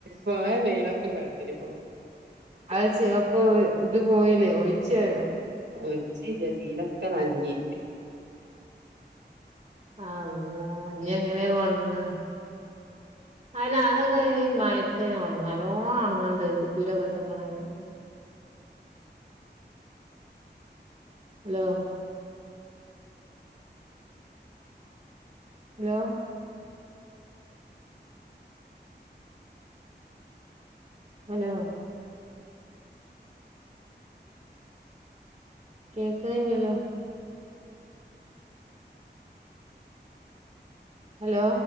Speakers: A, on the right; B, on the right.
A: പോയ വെയിലൊക്കെ കണ്ടിനി
B: അത്ച്ച അപ്പൊ ഇത് പോയില്ലേ ഒഴിച്ചായോ
A: ഒൽച്ചിലസീലൊക്കെ നനഞ്.
B: അള്ളാ ഇഞ്ഞ്ങ്ങനെ അത് ഒണ ങ്ങാ? അയിന് അതൊക്കെ മയത്തന് ഉണുങ്ങ അലോണം ഒണങ്ങണ്ട് കുപ്പിയിലൊക്കെ ഇട്ടക്കെണങ്കി. ഹലോ ഹലോ ഹലോ കേക്ണില്ലല്ലോ? ഹലോ